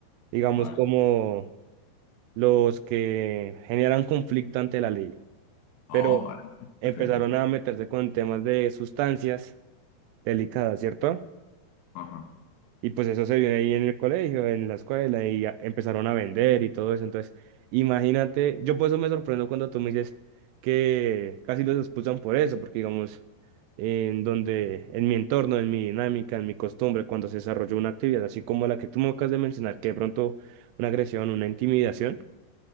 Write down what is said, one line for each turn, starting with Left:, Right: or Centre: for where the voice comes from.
Right: digamos,
Left: Vale.
Right: como los que generan conflicto ante la ley, pero
Left: Oh, vale,
Right: empezaron
Left: perfecto.
Right: a meterse con temas de sustancias delicadas, ¿cierto?
Left: Ajá.
Right: Y pues eso se vio ahí en el colegio, en la escuela, y ya empezaron a vender y todo eso. Entonces, imagínate, yo por eso me sorprendo cuando tú me dices que casi los expulsan por eso, porque digamos, en donde, en mi entorno, en mi dinámica, en mi costumbre, cuando se desarrolló una actividad así como la que tú me acabas de mencionar, que de pronto una agresión, una intimidación,